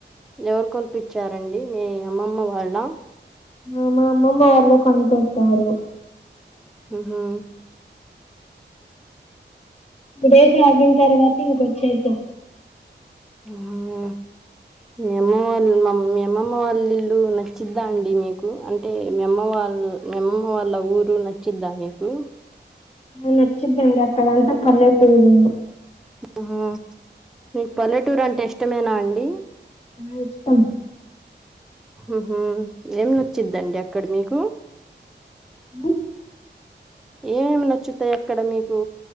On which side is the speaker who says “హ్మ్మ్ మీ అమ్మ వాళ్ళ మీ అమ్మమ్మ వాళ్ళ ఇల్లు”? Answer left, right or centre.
Centre